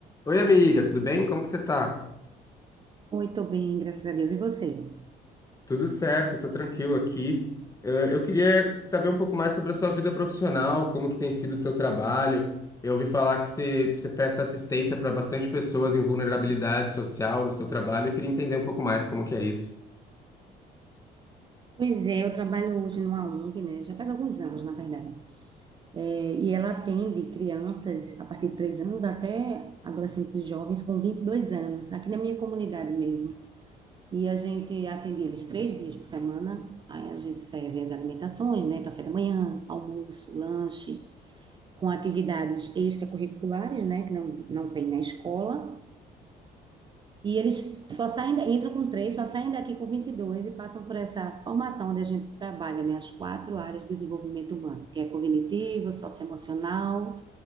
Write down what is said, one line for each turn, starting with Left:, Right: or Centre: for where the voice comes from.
Left: Oi, amiga, tudo bem? Como que você tá?
Right: Oi, tô bem, graças a Deus. E você?
Left: Tudo certo, tô tranquilo aqui. Eh, Eu queria saber um pouco mais sobre a sua vida profissional, como que tem sido o seu trabalho. Eu ouvi falar que você, você presta assistência para bastante pessoas em vulnerabilidade social no seu trabalho. Eu queria entender um pouco mais como que é isso.
Right: Pois é, eu trabalho hoje numa ONG, né? Já faz alguns anos, na verdade. É, e ela atende crianças a partir de 3 anos até adolescentes e jovens com 22 anos, aqui na minha comunidade mesmo. E a gente atende eles três dias por semana. Aí a gente serve as alimentações, né? Café da manhã, almoço, lanche, com atividades extracurriculares, né? Que não, não tem na escola. E eles só saem, da- entram com três, só saem daqui com vinte e dois e passam por essa formação onde a gente trabalha, né? As quatro áreas de desenvolvimento humano, que é cognitivo, socioemocional,